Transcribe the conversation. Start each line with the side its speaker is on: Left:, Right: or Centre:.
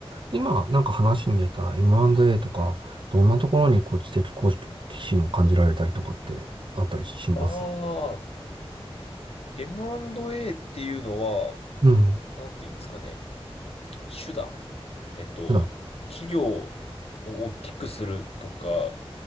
Right: 今なんか話に出た M&A とか、どんなところにこう知的好奇心を感じられたりとかってあったりします
Left: ああ、M&A っていうのは、
Right: うん。
Left: なんていうんですかね。手段。えっと、
Right: 普段。
Left: 企業を大きくするとか、